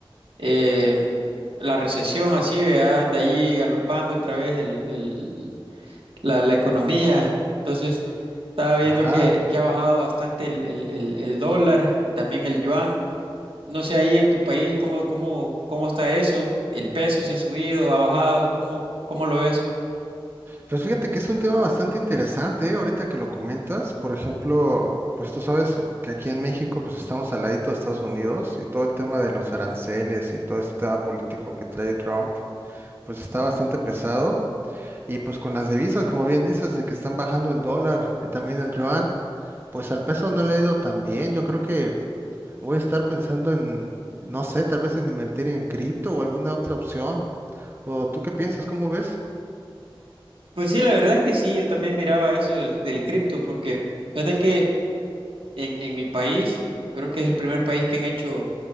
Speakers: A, on the right; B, on the right.
A: eh, la recesión, así, vea, anda ahí galopando otra vez el, el- la, la economía. Entonces, estaba viendo
B: Ajá,
A: que, que ha bajado bastante el, el, el, el dólar y también el yuan. No sé ahí en tu país, ¿cómo, cómo, cómo está eso? ¿El peso se ha subido, ha bajado? ¿Cómo, cómo lo ves?
B: pues fíjate que es un tema bastante interesante, ¿eh? Ahorita que lo comentas, por ejemplo, pues tú sabes que aquí en México pues estamos al ladito de Estados Unidos y todo el tema de los aranceles y todo este tema político que trae Trump, pues está bastante pesado. Y pues con las divisas, como bien dices, de que están bajando el dólar y también el yuan, pues al peso no le ha ido tan bien. Yo creo que voy a estar pensando en, no sé, tal vez en invertir en cripto o alguna otra opción. ¿O tú qué piensas? ¿Cómo ves?
A: Pues sí, la verdad es que sí, yo también miraba eso del, del cripto, porque fíjate que en, en mi país, creo que es el primer país que han hecho,